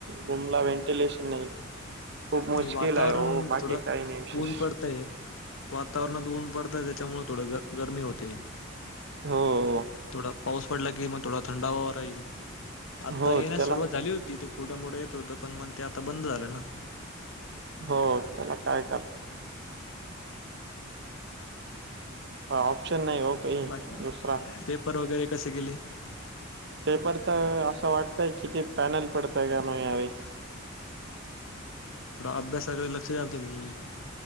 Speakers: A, on the right; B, on the left.
A: रूमला व्हेंटिलेशन नाही खूप मुश्किल
B: वातावरण
A: आहे हो बाकी
B: थोडं
A: काही नाही विशेष
B: ऊन पडताय वातावरणात ऊन पडतय त्याच्यामुळे थोड गरमी होते
A: हो
B: थोडा पाऊस पडला की मग थोडा थंड हवा राहील आता
A: हो
B: येण्यास
A: त्याला
B: सुरुवात झाली होती तू कठं मोठं येत होतं पण मग ते आता बंद झालं ना
A: हो त्याला काय कर ऑप्शन नाही हो काही
B: बाकी
A: दुसरा
B: पेपर वगैरे कसे गेले
A: पेपर तर असं वाटतय किती पॅनल पडतय का न यावेेळेस
B: थोडा अभ्यासाकडे लक्ष द्याल तुम्ही